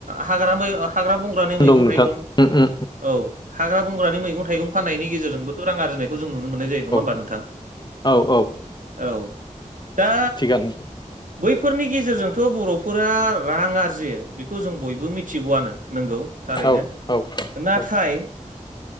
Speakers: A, on the right; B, on the left.
A: हाग्रा मै ओ हाग्रा बं मैगं
B: दं नोंथां
A: थाइगं
B: उम उम
A: औ हाग्रा बंग्रानि मैगं थाइगं फाननायनि गेजेरजोंबोथ' रां आरिनाय खौ जों नुनो मोननाय जायो नङा
B: औ
A: होमबा नोंथां?
B: औ औ
A: औ। दा
B: थिगानो
A: बैफोरनि गेजेरजोंथ' बर'फोरा रां आरजियो बेखौ जों बयबो मिथिगौआनो। नंगौ थारैनो
B: औ औ
A: नाथाय
B: औ